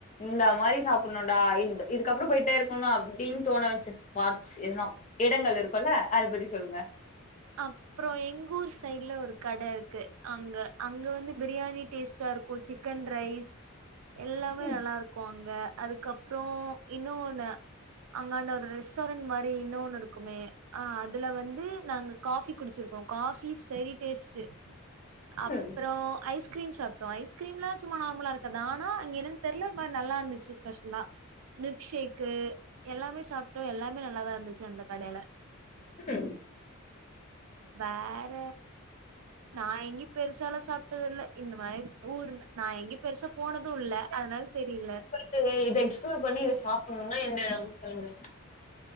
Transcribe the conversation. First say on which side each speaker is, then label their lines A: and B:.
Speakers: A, on the left; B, on the right.
A: இந்த மாரி சாப்பட்ணுன்டா இந்த் இதுக்கப்றோ போய்ட்டே இருக்கணு அப்டின் தோண வெச்ச ஸ்பாட்ஸ் எதுனா இடங்கள் இருக்குல்ல அத பத்தி சொல்லுங்க
B: அப்பறோ எங் ஊர் சைட்ல ஒரு கட இருக்கு அங்க அங்க வந்து பிரியாணி டேஸ்ட் டா இருக்கு சிக்கன் ரைஸ் எல்லாமே
A: ம்
B: நல்லாருக் கு அங்க அதுக்கப்றோ இன்னோன்னு அங்காண்ட ஒரு ரெஸ்ட்டாரண்ட் மாரி இன்னோன்னு இருக்குமே ஆ அதுல வந்து நாங்க காஃபி குடிச்சிருக்கோ காஃபி செரி டேஸ்ட்டு அப்றோ
A: ம்
B: ஐஸ் க்ரீம் சாப்ட்டோ ஐஸ்க்ரீம்லா சும்மா நார்மலா இருக்குது ஆனா அங்க என்னன் தெர்ல இந் மார் நல்லாருந்துச்சி ஸ்பெஷலா மில்க் ஷேக்கு எல்லாமே சாப்ட்டோ எல்லாமே நல்லாதா இர்ந்துச்சு அந்த கடைல
A: ம்
B: வேற நா எங்யு பெருசால்லா சாப்ட்டதில்ல இந்த மாரி ஊர்ல நா எங்யு பெருசா போனது இல்ல அதுனால் தெரியில
A: டு இத எக்ஸ்ப்ளோர் பண்ணி இத சாப்பட்ணுனா எந்த எடம் சொல்லுங்க